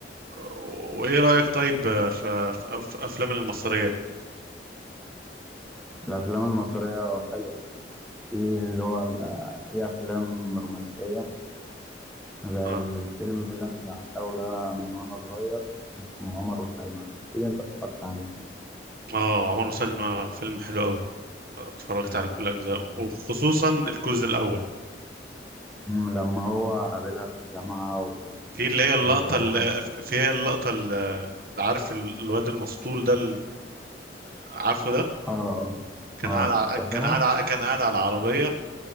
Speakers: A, on the right; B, in the centre.
A: و- وايه رأيك طيب آه، في في في افلام المصرية
B: الأفلام المصرية حلوة في اللي هو في أفلام رومانسية زي
A: اه
B: الفيلم اللي أنا بعشقه ده من وأنا صغير اسمه عمر وسلمى أكيد أنت اتفرجت عليه
A: اه عمر وسلمى فيلم حلو قوي اتفرجت
B: مم،
A: على كل
B: قصته
A: اجزاء
B: عن
A: وخصوصا
B: إيه؟
A: الجزء الاول
B: مم، لما هو قابلها في الجامعة و...
A: في اللي هي اللقطة
B: و...
A: اللي
B: آه
A: في هي اللقطة اللي عارف الواد المسطول ده ال- عارفه ده
B: آه
A: كان
B: آه
A: قاعد على
B: تفاهة
A: كان قاعد على كان قاعد على العربية